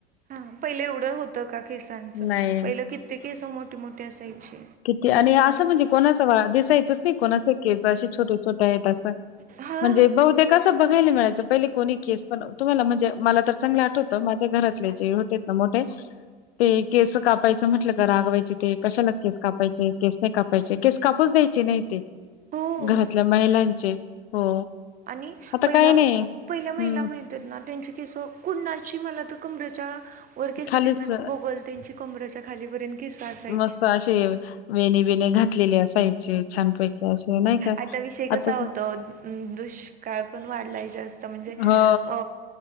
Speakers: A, on the right (about 30°); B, on the left (about 75°).
A: हा पहिले एवढं होत का केसांचं
B: नाही
A: पहिलं कितती केस मोठे मोठे असायची
B: किती आणि असं म्हणजे कोणाच दिवसायचच नाही कोणा केस अशी छोटे छोट्या आहेत असं
A: हा
B: म्हणजे बह ते कसं बघायला मिळायचं पहिले कोणी पण तुम्हाला म्हणजे मला तर चांगलं आठवतं माझ्या घरात हो ना मोठे ते केस कायच म्हटलं का रागवायचे ते कशाला के कायचे केस नाही कापायचे केस कापूच द्यायचे नाही ते
A: हो
B: घरातल्या महिलां हो.
A: आणि
B: आता
A: पहिल्या
B: काही नाही हम्म
A: पहिल्या महिला माहती ना त्यांची केस कुणाची मला तर कुमरेच्या वर केिस
B: खालीच
A: दिसणार बगल त्यांची कमर्याच्या खालीवरन केिस असायचे
B: मस्त असे वेणी घातलेले अस यचे छानपैकी असे नाही का
A: आता विषय कसा
B: आता
A: होतो दुष्काळ पण वाढलाय म्हणजे
B: हो
A: अ